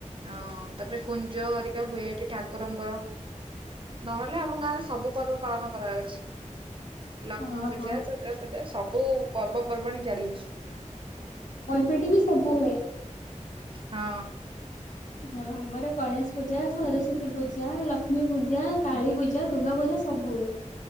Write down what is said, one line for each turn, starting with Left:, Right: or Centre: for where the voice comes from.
Right: ହଁ ତାପରେ କୁଞ୍ଜ ହେରିକା ହୁଏ। ଏଠି ଠାକୁ ଠାକୁରଙ୍କର ନହେଲେ ଆମ ଗାଁରେ ସବୁ ପର୍ବ ପାଳନ କରାଯାଉଛି। ଲକ୍ଷ୍ମୀ
Left: ହଁ
Right: ପୂଜା
Left: ହଁ
Right: ଦୁର୍ଗା ପୂଜା ସବୁ ପର୍ବପର୍ବାଣୀ ଚାଲିଛି।
Left: <unintelligible> ବି ସବୁ ହୁଏ।
Right: ହଁ।
Left: ହଁ ଆମର ଗଣେଶ ପୂଜା ସରସ୍ଵତୀ ପୂଜା ଲକ୍ଷ୍ମୀ ପୂଜା କାଳୀ ପୂଜା ଦୁର୍ଗା ପୂଜା ସବୁ ହୁଏ।